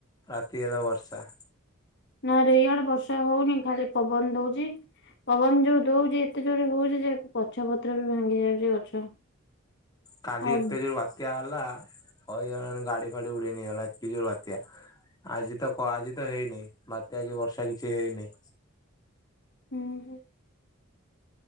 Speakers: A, on the left; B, on the left.
A: ରାତି ହେଲେ ବର୍ଷା
B: ନା ରେଇଆଡେ ବର୍ଷା ହଉନି ଖାଲି ପବନ ଦଉଛି ପବନ ଯୋଉ ଦଉଛି ଏତେ ଜୋରେ ହଉଛି ଯେ ଗଛ ପତ୍ର ବି ଭାଙ୍ଗି ଯାଉଛି ଗଛ
A: କାଲି
B: ଆଉ
A: ଏତ୍ୟାଜର ବାତ୍ୟା ହେଲା ହେଇଗଲାଣି ଗାଡି ଫାଡି ଉଡେଇନଗଲା ଏକି ଜୋର ବାତ୍ୟା ଆଜି ତ ଆଜି ତ ହେଇନିଁ ବାତ୍ୟା କି ବର୍ଷା କିଛି ହେଇନହିଁ
B: ହୁଁ ହୁ